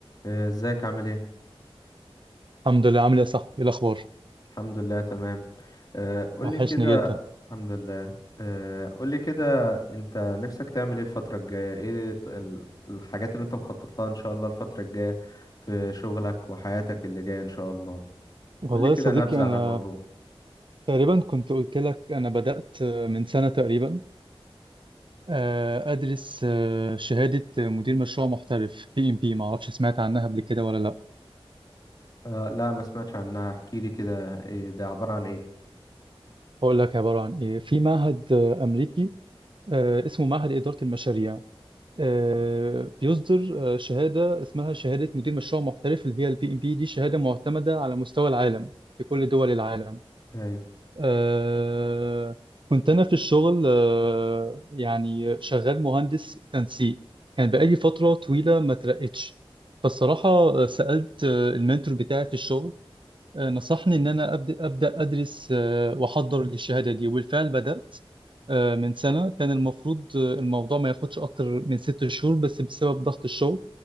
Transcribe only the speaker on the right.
الحمد لله عامل ايه يا صاحبي ايه الاخبار
وحشني
جدا
والله
يا صديقي
انا
تقريبا كنت قلت لك انا بدأت من سنة تقريبا آه، ادرس آه، شهادة مدير مشروع محترف بي ام بي ما اعرفش سمعت عنها قبل كده ولا لا
هقول لك عبارة عن ايه في معهد آه، امريكي آه، اسمه معهد إدارة المشاريع آه، بيصدر آه، شهادة اسمها شهادة مدير مشروع محترف اللي هي البي ام بي دي شهادة معتمدة على مستوى العالم في كل دول العالم
آه كنت أنا في الشغل آه يعني شغال مهندس تنسيق كان بقالي فترة طويلة ما ترقتش فالصراحة آه، سألت آه، المنتور بتاعي في الشغل آه نصحني إن أنا أبدأ, أبدأ أدرس آه وأحضر للشهادة دي وبالفعل بدأت آه من سنة كان المفروض آه، الموضوع ما ياخدش أكتر من ست شهور بس بسبب ضغط الشغل